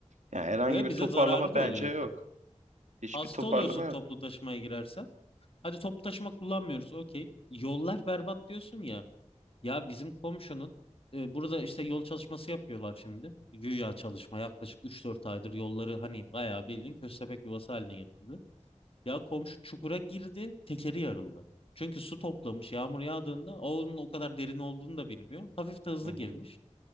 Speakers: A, on the right; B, on the left.
A: Yani herhangi
B: ve
A: bir
B: bize
A: toparlama
B: zararı da
A: bence
B: oluyor
A: yok.
B: onların.
A: Hiçbir
B: Hasta
A: toparlama
B: oluyorsun
A: yok.
B: toplu taşımaya girersen. Hadi toplu taşıma kullanmıyoruz. Okey. Yollar berbat diyorsun ya. Ya bizim komşunun e, burada işte yol çalışması yapıyorlar şimdi. Güya çalışma yaklaşık üç dört aydır yolları hani bayağı bildiğin köstebek yuvası haline getirdi. Ya komşu çukura girdi, tekeri yarıldı. Çünkü su toplamış yağmur yağdığında o onun o kadar derin olduğunu da bilmiyor. Hafif de hızlı
A: Hı hı.
B: girmiş.